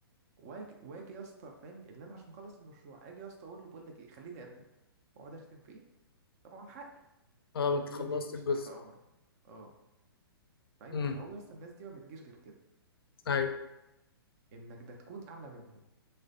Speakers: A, on the right; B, on the left.
A: واجي واجي يا اسطى فاهم اللي انا عشان مخلص المشروع اجي يا اسطى اقول له بقول لك ايه خليني ادمن واقعد اشتم فيه طبعا حقي
B: اه ما انت
A: يقول
B: خلصت
A: لي يا باشا
B: الجزء
A: تحت امرك اه فاهم
B: امم
A: فهو يا اسطى الناس دي ما بتجيش غير كده
B: ايوه
A: انك ده تكون اعلى منهم